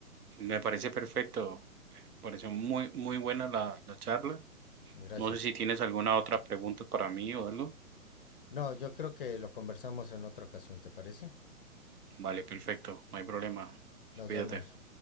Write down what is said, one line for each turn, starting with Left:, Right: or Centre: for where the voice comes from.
Right: me parece perfecto, me pareció muy, muy buena la, la charla.
Left: Gracias.
Right: No sé si tienes alguna otra pregunta para mí o algo.
Left: No, yo creo que lo conversamos en otra ocasión, ¿te parece?
Right: Vale, perfecto, no hay problema.
Left: Nos
Right: Cuídate.
Left: vemos.